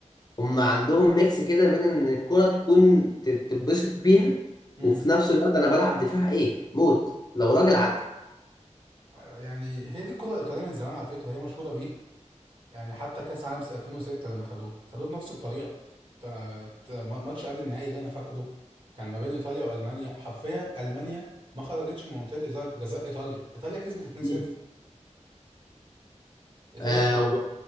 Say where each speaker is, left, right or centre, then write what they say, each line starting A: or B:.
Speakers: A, on the left (about 35°); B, on the right (about 45°).
A: هم عندهم ميكس كده بين ان الكرة تكون ت- تتبسط بيها
B: امم
A: وفي نفس الوقت انا بلعب دفاع ايه موت لو راجل عدي
B: يعني هي دي الكرة الإيطالية من زمان على فكرة هي مشهورة بيه يعني حتى كأس عالم 2006 لما خدوه خدوه بنفس الطريقة تا- تا- ماتش قبل النهائي ده أنا فاكره كان ما بين إيطاليا وألمانيا حرفيا ألمانيا ما خرجتش من منطقة إزاء- جزاء إيطاليا إيطاليا كسبت 2-0
A: مم.
B: إيطاليا
A: آه و-